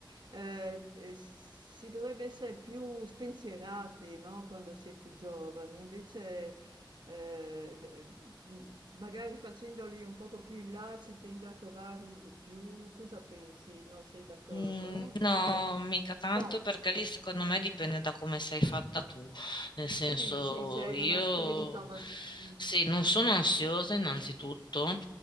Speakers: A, on the right; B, on the left.
A: eh, eh, si dovrebbe essere più spensierati, no? Quando si è più giovani. Invece, eh, eh, magari facendoli un poco più in là si tende a covarli di più. Cosa pensi? Non sei d'accordo?
B: Mm, No,
A: O per la tua...
B: mica tanto
A: No,
B: perché lì secondo me dipende da come sei fatta tu. Nel senso,
A: sì, sì, sei
B: io
A: uno spirito abbastanza...
B: sì, non sono ansiosa innanzitutto